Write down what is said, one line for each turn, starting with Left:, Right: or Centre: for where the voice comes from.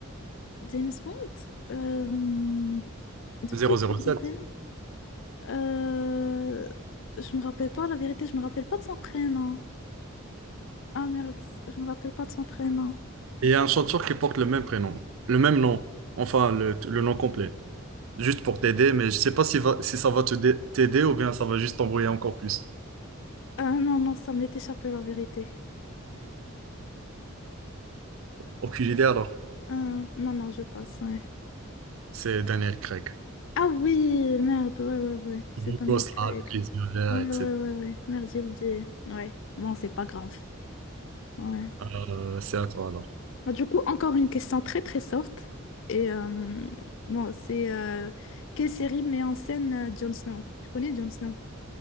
Left: James Bond, euh, depuis
Right: 007.
Left: 2021,
Right: Et un? zéro zéro sept.
Left: euh, je me rappelle pas, la vérité, je me rappelle pas de son prénom. Ah merde, je me rappelle pas de son prénom.
Right: Et il y a un chanteur qui porte le même prénom, le même nom, enfin le, le nom complet. Juste pour t'aider, mais je sais pas si, va- si ça va te dé- t'aider ou bien ça va juste t'embrouiller encore plus.
Left: Ah non, non, ça m'est échappé, la vérité.
Right: Aucune idée alors.
Left: Ah, non, non, je passe. ouais.
Right: C'est Daniel Craig.
Left: Ah oui, merde, ouais, ouais, ouais, c'est
Right: Le
Left: Daniel
Right: gosse
Left: Craig.
Right: là avec les yeux verts,
Left: Ah
Right: etc.
Left: ouais, ouais, ouais, ouais. merde, j'ai oublié. Ouais, bon, c'est pas grave. Ouais.
Right: Euh, c'est à toi alors.
Left: Bah, Du coup, encore une question très très soft. Et euh, bon, c'est euh, quelle série met en scène euh, Jon Snow? Tu connais Jon Snow?